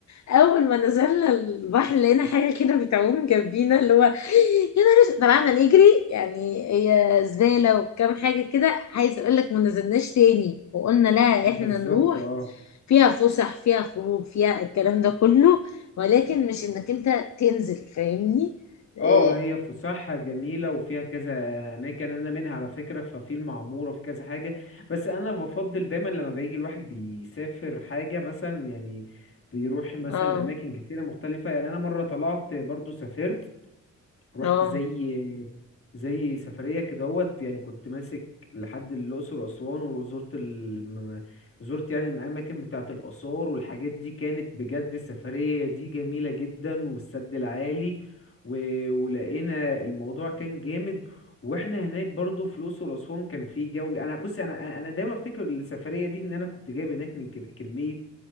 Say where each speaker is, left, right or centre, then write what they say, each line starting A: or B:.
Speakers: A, on the left (about 65°); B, on the left (about 45°).
A: اول ما نزلنا البحر لقينا حاجه كده بتعوم جنبينا اللي هو يا نهار أسود. طلعنا نجري يعني هي زباله وكام حاجه كده عايزه اقول لك ما نزلناش تاني وقلنا لا
B: بالظبط
A: احنا نروح
B: اه
A: فيها فسح فيها خروج فيها الكلام ده كله ولكن مش انك انت تنزل فاهمني إيه،
B: اه هي فسحة جميلة وفيها كذا أماكن أنا منها على فكرة ففي المعمورة في كذا حاجة بس أنا بفضل دايما لما بيجي الواحد بيسافر حاجة مثلا يعني بيروح مثلا
A: اه
B: أماكن كتيرة مختلفة يعني أنا مرة طلعت برضو سافرت رحت
A: اه
B: زي زي سفرية كدهوت يعني كنت ماسك لحد الأقصر وأسوان وزرت الم... زرت يعني الأماكن بتاعة الآثار والحاجات دي كانت بجد السفرية دي جميلة جدا والسد العالي و... ولقينا الموضوع كان جامد واحنا هناك برضو في الأقصر وأسوان كان في جو انا بصي انا انا دايما افتكر السفرية دي ان انا كنت جايب هناك من كم- كمية